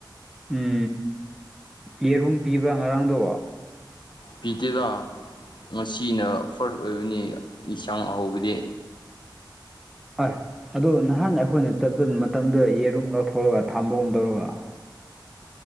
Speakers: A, in the centre; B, on the left.
A: ꯎꯝ ꯌꯦꯔꯨꯝ ꯄꯤꯕ꯭ꯔꯥ ꯉꯔꯥꯡꯗꯣ
B: ꯄꯤꯗꯦꯗ ꯉꯁꯤꯅ ꯐꯥꯔꯁ ꯑꯣꯏꯕꯅꯤ ꯏꯁꯥꯡ ꯑꯍꯥꯎꯕꯗꯤ
A: ꯍꯣꯏ ꯑꯗꯨ ꯅꯍꯥꯟ ꯑꯩꯈꯣꯏꯅ ꯆꯠꯄ ꯃꯇꯝꯗ ꯌꯦꯔꯨꯝ ꯂꯧꯊꯣꯛꯑꯒ ꯊꯥꯝꯕꯒꯨꯝ ꯇꯧꯔꯒ